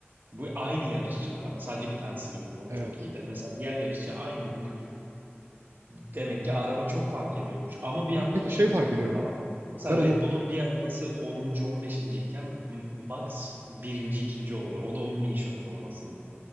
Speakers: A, on the right; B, on the right.
A: Bu aynı yarışçılar ama sadece bir tanesi yeni. O
B: Evet.
A: çok iyi de mesela diğer yarışçı aynı. Bugün Demek ki araba çok fark ediyormuş. Ama bir yandan
B: Ama Peki
A: da şöyle
B: şey fark
A: bir durum
B: ediyor mu?
A: da var. Mesela
B: Ben onu...
A: Red Bull'un bir arabası 10. 15. iken M- Max birinci ikinci oluyor. O da onun iyi şoför olmasından.